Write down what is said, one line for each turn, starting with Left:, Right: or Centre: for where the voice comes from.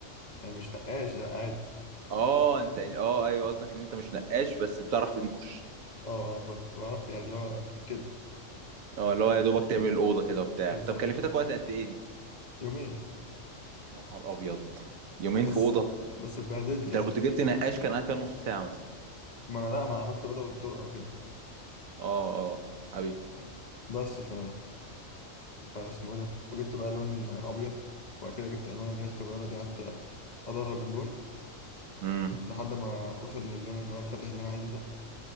Left: يعني مش نقاش لا عادي
Right: اه انت اه ايوه قصدك ان انت مش نقاش بس بتعرف تنقش
Left: اه بعرف بعرف يعني اللي هو كده
Right: اه اللي هو يا دوبك تعمل الاوضه كده وبتاع
Left: بالظبط
Right: طب كلفتك وقت قد ايه دي
Left: يومين
Right: يا نهار ابيض يومين
Left: بس
Right: في اوضه
Left: بس اتبهدلت
Right: انت
Left: يعني
Right: لو كنت جبت نقاش كان قاعد فيها نص ساعه مثلا
Left: ما انا لا ما أنا عملت اوضه والطرقه وكده
Right: اه اه حبيبي
Left: بس ف فاسمه ايه ده وجبت بقى لون ابيض وبعد كده جبت الوان اللي هي الصغيره دي قعدت ادرب اللون
Right: امم
Left: لحد ما اوصل للون اللي هو الفاتح اللي انا عايزه ده